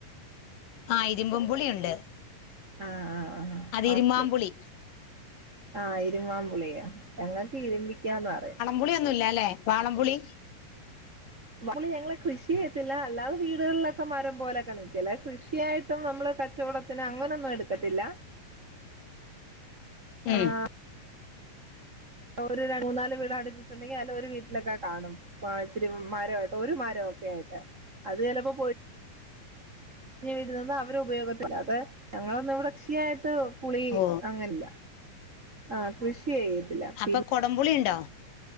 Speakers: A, on the left; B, on the right.
A: ആഹ് ഇരുബ് പുളിയുണ്ട്
B: ആഹ് ആഹ് ആ ആ
A: ഇരുമ്പാമ്പുളി
B: പുളി ആഹ് ഇരുമ്മാപുളിയ ഞങ്ങക് ഇരിമ്പിക്കാന്ന് പറയും
A: പുളിയൊന്നും ഇല്ലാലേ വാളംപുളി
B: ഇരുമ്പ് പുളി ഞങ്ങള് കൃഷി ചെയത്തില്ല അല്ലാതെ വീടുകളിലൊക്കെ മരം പോലൊക്കെ നിക്ണ്ട് അല്ലാതെ കൃഷിയായി ട്ട് നമ്മള് കച്ചവടത്തിന് അങ്ങനൊന്നും എടുക്കത്തില്ല
A: <inaudible> ഉം
B: ആഹ് ഒരു മൂന്നാല് വീട് അടിപ്പിച്ച്ണ്ടെങ്കിൽ അതില് ഒരു വീട്ടിലൊക്കെ കാണും ഇച്ചിരി മരം ആയിട്ട് ഒരു മരം ഒക്കെ ആയിട്ട് അത് ചിലപ്പോ പൊഴിഞ്ഞ് വീഴ്ന്നത് അവരു ഉപയോഗത്തിലാ അല്ലാതെ ഞങ്ങളൊന്നും ഇവ്ടെ കൃഷിയായിട്ട് പുളി
A: ഓ
B: അങ്ങനില്ല ആ കൃഷി ചെയ്യത്തില്ല
A: അപ്പൊ
B: പിന്ന
A: കൊടംപുളി ഇണ്ടോ